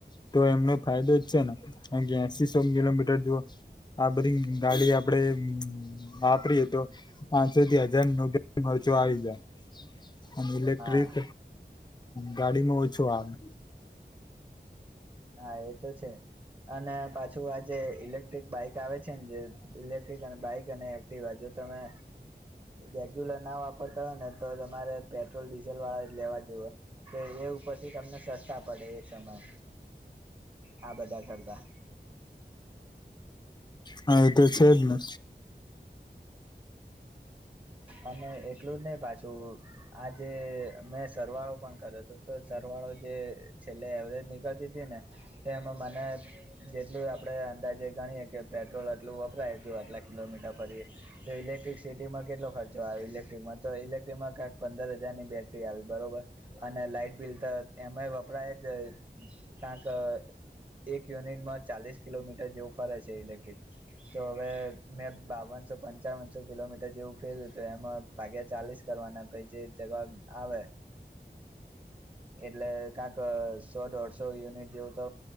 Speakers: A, on the left (about 25°); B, on the right (about 30°).
A: તો એમને ફાયદો જ છે ને. હે એશસી સો કિલોમીટર જુઓ આ બધી ગાડી આપડે વાપરીએ તો પાંચસો થી હજાર નોકરી જો આવી જાય
B: <unintelligible>
A: અને ઇલેક્ટ્રિક
B: હા
A: ગાડીમાં ઓછો આવે
B: હા એ તો છે અને પાછું આ જે ઇલેક્ટ્રિક બાઈક આવે છે ને જે ઇલેક્ટ્રિક અને બાઈક અને એક્ટિવ જો તમે રેગ્યુલર ના વાપરતા હોય ને તો તમારે પેટ્રોલ ડીઝલ વાળા લેવા જોએ એ ઉપરથી તમને સસ્તા પડે એ સમય આ બધા કરતા
A: હા તો છે જને
B: અને એટલું જ નહી પાછું આજે મેં સરવાળો પણ કર્યો હતો તો સરવાળો હવે જે છેલ્લે એવરેજ થતી તીને એમાં મને જેટલું આપણેે અંદાજે ગણીયે કે પેટ્રોલ એટલું પુરાતન આટલા કિલોમીટર ફરીએ તો ઇલેક્ટ્રિસિટી માં કેટલો ખર્ચ ઇલેક્ટ્રિકમાં તો ઇલેક્ટ્રિક માંકાક પંદર હજારની બેટરી આવી બરોબર અને લાઈટ બિલ તરત એમા વપરાય જ કાક એક યુનિટ ચાલીશ કિલોમીટર જેવું ફરે છે ઇલેક્ટ્રિક તો હવે મેં બાવનસો પંચાવનસો કિલોમીટર જેવું ફેર્યું તો એમાં ભાગ્યા ચાલીસ કરવાના પછીજે જવાબ આવે એટલે કાક સો દોઢસો યુનિટ જેવું તો